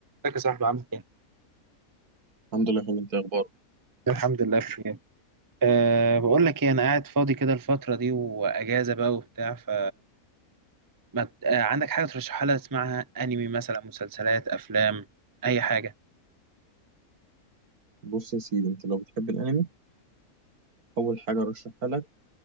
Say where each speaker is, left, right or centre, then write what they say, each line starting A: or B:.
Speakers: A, on the right; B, on the right.
A: ازيك يا صاحبي عامل ايه؟
B: الحمد لله يا حبيبي انت إيه اخبارك
A: الحمد لله بخير أه بقول لك ايه انا قاعد فاضي كده الفتره دي واجازه بقى وبتاع ف ما... ت- أه عندك حاجه ترشحها لي اسمعها انمي مثلا مسلسلات افلام اي حاجه
B: بص يا سيدي انت لو بتحب الانمي اول حاجه ارشحها لك